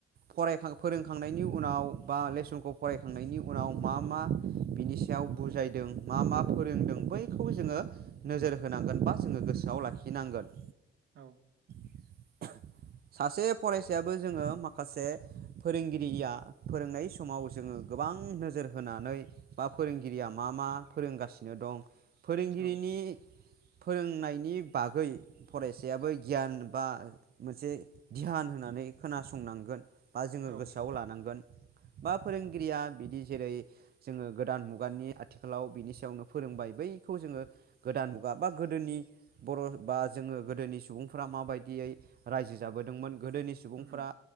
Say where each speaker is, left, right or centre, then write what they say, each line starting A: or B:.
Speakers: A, on the right; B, on the right.
A: फरायखां फोरोंखांनायनि उनाव बा लेसनखौ फरायखांनायनि उनाव मा मा बिनि सायाव बुजायदों मा मा फोरोंदों बैखौ जोङो नोजोर होनांगोन बा जोङो गोसोआव लाखिनांगोन।
B: औ
A: <inaudible> सासे फरायसायाबो जोङो माखासे फोरोंगिरिया फोरोंनाय समाव जोङो गोबां नोजोर होनानै बा फोरोंगिरिया मा मा फोरोंगासिनो दं फोरोंगिरिनि
B: औ
A: फोरोंनायनि बागै फरायसायाबो गियान बा मोनसे धि्यान होननानै खोनासंनांगोन बा जोङो
B: औ
A: गोसोआव लानांगोन बा फोरोंगिरिया बिदि जेरै जोङो गोदान मुगानि आथिखालाव बिनि सायावनो फोरोंबाय बैखौ जोङो गोदान मुगा बा गोदोनि बर' बा जोङो गोदोनि सुबुंफ्रा माबायदियै रायजो जाबोदोंमोन गोदोनि सुबुंफोरा
B: उम